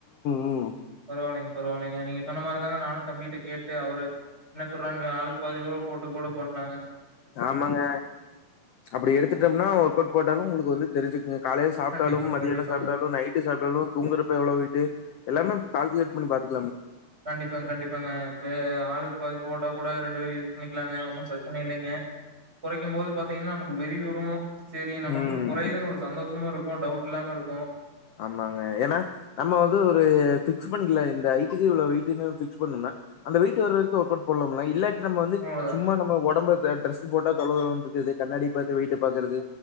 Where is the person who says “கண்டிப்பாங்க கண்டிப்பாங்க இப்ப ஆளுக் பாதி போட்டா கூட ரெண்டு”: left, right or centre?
Right